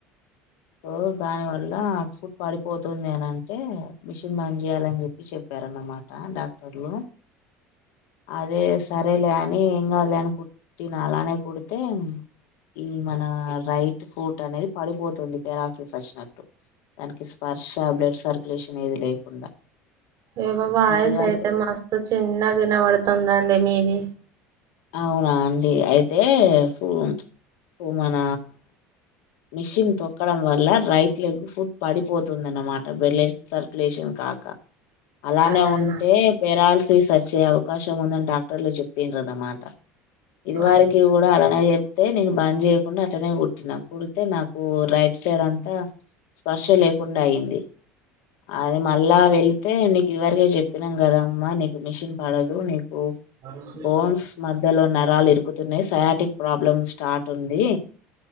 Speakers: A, on the left; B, on the right.
A: సో దాని వల్ల ఫుట్ పడిపోతుంది అని అంటే మిషన్ బంద్ చేయాలని చెప్పి చె ప్పారు అన్నమాట డాక్టర్లు అదే సరేలే అని ఏం కాదులే అని కుట్టిన అలానే కుడితే ఈ మన రైట్ ఫూట్ అనేది పడిపోతుంది పేరాక్సీస్ వచ్చినట్టు దానికి స్పర్శ బ్లడ్ సర్క్యులేషన్ ఏది లేకుండా
B: ఏమో వాయిస్
A: నీకు ఇది వరకే
B: అయితే మస్తు చిన్నగా ఇనబడుతుందండి మీది
A: అవునాండి అయితే ఫు ఫు మన మిషిన్ తొక్కడం వల్ల రైట్ లెగ్ ఫుట్ పడిపోతుంది అనమాట బ్లడ్ సర్క్యులేషన్ కాక అలానే
B: అలానా
A: ఉంటే పెరాలసిస్ వచ్చే అవకాశం ఉందని డాక్టర్లు చెప్పిండ్రు అన్నమా ట ఇది వర
B: అయ్
A: కి కూడా అలానే చెప్తే నేను బంద్ చేయకుండా అట్టనే కుట్టినా కుడితే నాకు రైట్ సైడ్ అంతా స్పర్శ లేకుండా అయింది అది మళ్ళా వెళ్తే ని కి ఇదివరకే చెప్పినాం కదా అమ్మా నీకు మిషిన్ పడదు నీకు
B: తాడిపత్రికి
A: బోన్స్
B: రావా
A: మధ్యలో నరాలు ఇరుకుతున్నాయి సయాటిక్ ప్రాబ్లమ్ స్టార్ట్ ఉంది